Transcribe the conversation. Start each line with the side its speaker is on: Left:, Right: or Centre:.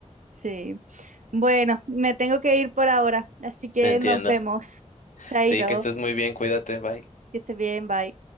Right: Sí. Bueno, me tengo que ir por ahora, así que
Left: Me entiendo.
Right: nos vemos. Chaito,
Left: Sí, que estés muy bien, cuídate, bye.
Right: que estés bien, bye.